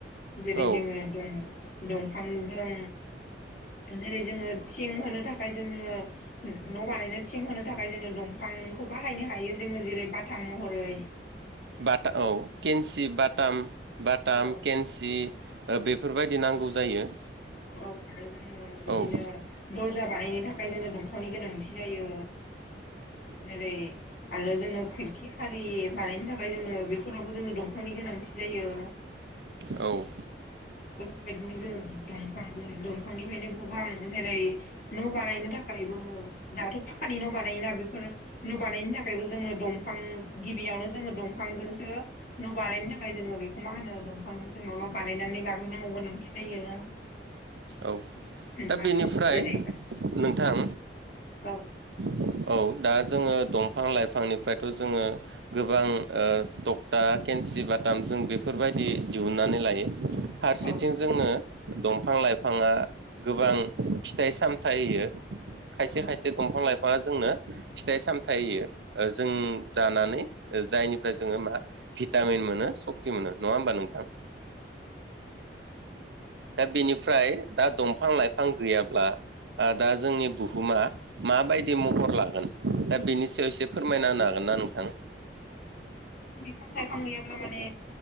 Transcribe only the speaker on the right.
औ
बटा औ केन्सि बाटाम बाटाम
केन्सि ओ बेफोरबायदि नांगौ जायो।
औ
औ
औ दा
बेनिफ्राय
नोंथां
औ दा जोङो दंफां लाइफांनिफ्रायथ' जोङो गोबां ओ टक्टा केन्सि बाथाम जों बेफोरबायदि दिहुनन्नानै लायो। फारसेथिं
जोंनो दंफां लाइफाङा गोबां फिथाइ सामथाइ होयो खायसे
खायसे दंफां लाइफाङा जोंनो। फिथाइ सामथाय होयो जों जानानै जायनिफ्राय जोङो मा भिटामिन मोनो सक्ति मोनो नङा होमबा नोंथां? दा बेनिफ्राय दा दंफां लाइफां गैयाब्ला ओ दा जोंनि बुहुमा माबाय दि महर लागोन दा बेनि सायाव एसे फोरमायना होनो हागोन ना नोंथां।